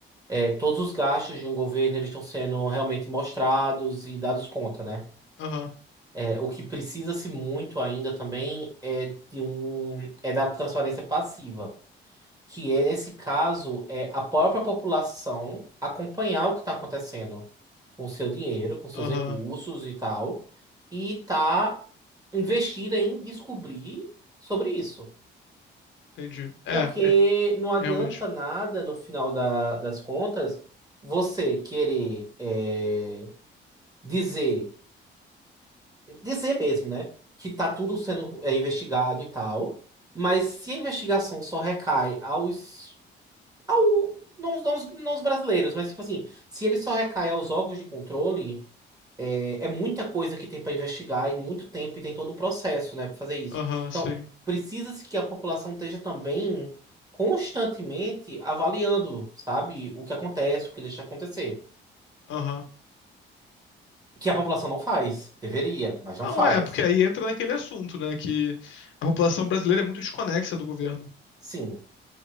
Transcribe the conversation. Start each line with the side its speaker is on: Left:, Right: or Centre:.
Right: é, todos os gastos de um governo eles estão sendo realmente mostrados e dados conta, né?
Left: Aham,
Right: É, o que precisa-se muito ainda também é de um, é da transparência passiva. que é, nesse caso, é a própria população acompanhar o que está acontecendo com o seu dinheiro, com seus
Left: aham,
Right: recursos e tal, e tá investida em descobrir sobre isso.
Left: entendi. É,
Right: Porque
Left: é,
Right: não adianta
Left: realmente.
Right: nada, no final da- das contas, você querer é, dizer, dizer mesmo, né, que tá tudo sendo é, investigado e tal, mas se a investigação só recai aos Ao, não, os- não, os- não os brasileiros, mas tipo assim, se ele só recai aos órgãos de controle, é, é muita coisa que tem para investigar e muito tempo e tem todo um processo, né, para fazer isso.
Left: Aham,
Right: Então,
Left: sim.
Right: precisa-se que a população esteja também constantemente avaliando, sabe, o que acontece, o que deixa de acontecer.
Left: Aham.
Right: Que a população não faz, deveria, mas não
Left: Não
Right: faz.
Left: é, porque aí entra naquele assunto, né? Que a população brasileira é muito desconexa do governo.
Right: Sim,